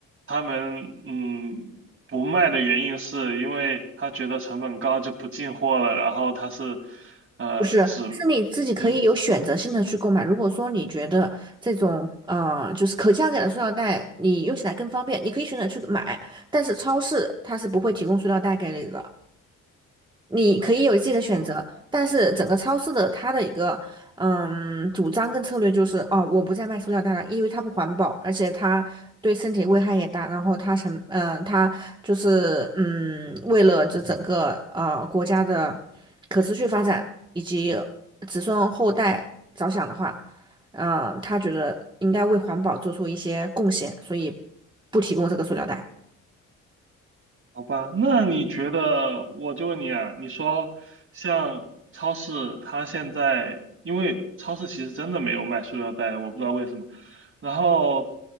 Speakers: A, on the right; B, on the right.
A: 他们嗯不卖的原因是因为他觉得成本高就不进货了，然后他是呃只
B: 不是，是你自己可以有选择性的去购买。
A: 嗯。
B: 如果说你觉得这种呃，就是可降解的塑料袋，你用起来更方便，你可以选择去买。但是超市它是不会提供塑料袋给你的。你可以有自己的选择，
A: 哦。
B: 但是整个超市的它的一个嗯主张跟策略就是，哦，我不再卖塑料袋了，因为它不环保，而且它对身体危害也大。然后它成嗯、呃它就是嗯，为了这整个呃国家的可持续发展以及子孙后代着想的话，嗯、他觉得应该为环保做出一些贡献，所以不提供这个塑料袋。
A: 好吧，那你觉得，我就问你啊，你说像超市，它现在因为超市其实真的没有卖塑料袋的，我不知道为什么。然后